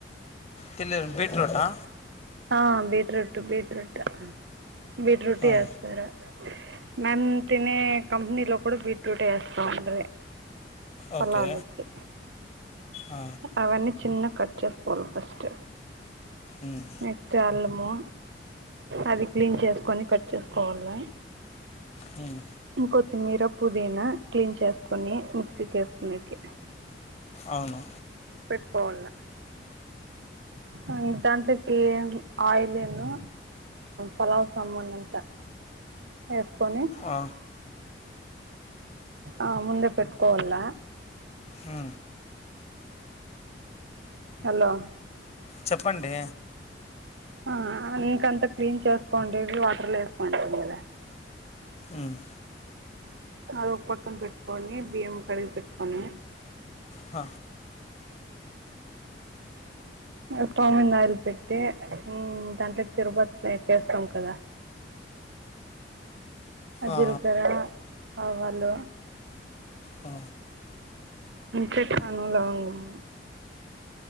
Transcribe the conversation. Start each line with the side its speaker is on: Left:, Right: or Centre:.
Left: తెలేదు బిట్రూట్ ఆ
Right: ఆ బీట్రూట్ బీట్ ఇప్పుడు ఎట్లా బీట్రూట్
Left: ఆ.
Right: వేస్తారా మన్ తినే కంపెనీలో కూడా బీట్రూట్ వేస్తాండ్రీ
Left: ఓకే
Right: పలావునికి
Left: ఆ,
Right: అవన్నీ చిన్న కట్ చేసుకోవాలి ఫస్ట్
Left: ఉమ్,
Right: నెక్స్ట్ అల్లము అది క్లీన్ చేసుకొని కట్ చేస్త్ సవర్ల
Left: హ్మ్
Right: కొత్తిమీర పుదీనా క్లీన్ చేసుకొని మిక్సీకి వేసుకునేకి
Left: అవును
Right: పెట్కోవాల ఆ దాంట్లోక్ ఈ ఆయిలీను పలావ్ సామాన్ అంత ఎ కొనీ
Left: ఆ,
Right: ఆ ముందే పెట్టుకోవల్ల
Left: ఉ
Right: హలో
Left: చెప్పండి
Right: ఆ ఇంకంత క్లీన్ చేసుకోండి <unintelligible> వాటర్లో ఏసుకుంటుంది కదా
Left: ఉమ్,
Right: అ అది ఒక పక్కన పెట్టుకోని బియ్యం కడిగి పెట్టుకని
Left: హ
Right: స్టవ్ మింద ఆయిల్ పెట్టి ఉమ్ దాంట్లోకి తిరగవాతకి యేసెస్తాం కదా అ
Left: ఆ,
Right: జిల్కరా ఆవాళ్ళు
Left: ఆ
Right: చెక్కను లవంగము